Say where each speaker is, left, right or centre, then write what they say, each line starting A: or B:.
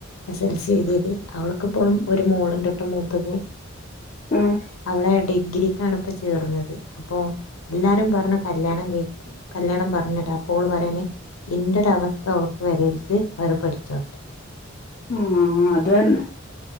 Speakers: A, on the left; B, on the left.
A: എസ് എൽ സി തിയത് അവൾക്കിപ്പോ ഒരു മോളിണ്ട്ട്ടോ മൂത്തത്.
B: ഉം
A: അവളെ ഡിഗ്രിക്കാണ് പ ചേർന്നത് അപ്പോ എല്ലാരും പറഞ്ഞ് കല്യാണം കയ് ല്യാണം പറഞ്ഞിട പ്പോള് പറയണേ ഇന്റെ ഒരവസ്ഥ അവൾക്ക് വരരുത് അവർ പഠിച്ചോ
B: ആഹ് അതന്നെ